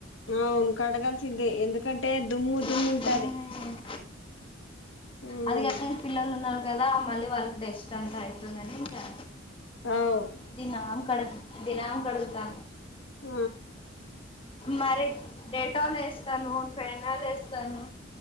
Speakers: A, on the left; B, on the left.
A: అవును కడగల్సిందే ఎందుకంటే దుమ్ము దుమ్ము
B: చూడక్క
A: ఉంటది ఉమ్
B: అది గాక పిల్లలు ఉన్నారు కదా మళ్ళీ వాళ్ళకి డెస్ట్ అంతా అవుతుంది అని ఇంకా
A: అవు
B: దినం కడు దినాం కడుగుతా
A: ఆ
B: మరి డేటాలు వేస్తాను పెనాల్ వేస్తాను